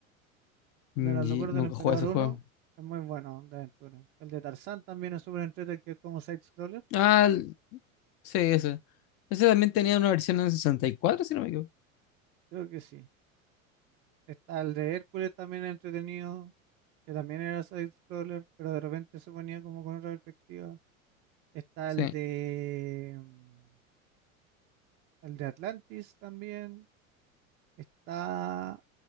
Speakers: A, on the left; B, on the right.
A: Mm,
B: El de la locura
A: y nunca
B: del emperador
A: jugué ese
B: uno
A: juego.
B: es muy bueno, de aventura. El de Tarzán también es súper entretenido, que es como side-scroller,
A: Ah, el- sí, ese. Ese también tenía una versión en 64, si no me equivoco.
B: creo que sí. Está el de Hércules también entretenido, que también era side-scroller, pero de repente se ponía como con otra perspectiva. Está
A: Sí.
B: el de, mm, el de Atlantis también. Está...